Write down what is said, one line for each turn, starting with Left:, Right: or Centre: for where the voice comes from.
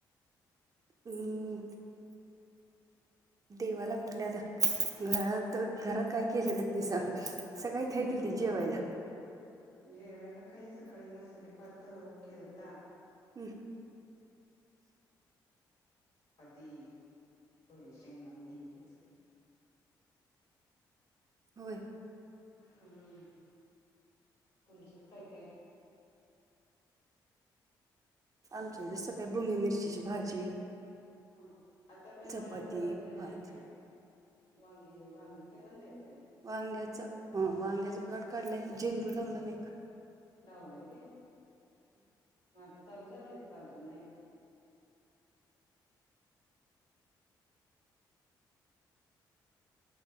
Right: हम् देवाला कुठल्या आता घरात घरात काय केलेलं ते सांग असं काय खय केल
Left: हा
Right: ते जेवायला
Left: जेवायला काही सकाळी मसाले भात केलता
Right: ह
Left: पाती थोडी शेंग आमटी हेच की
Right: होय
Left: हम तुमच्यात काय काय
Right: आमच्या बी सकाळी बुंगी मिरचीची भाजी
Left: ह आता काय मळ्यात
Right: चपाती
Left: हे
Right: भात
Left: नाही काय वांगे वांगे ते बंद हे
Right: वांग्याच ह वांग्याच प्लॉट काढलाय झेंडू लावलं नाही का
Left: लावलय होय मग आता चालू झालेत का अजून नाहीत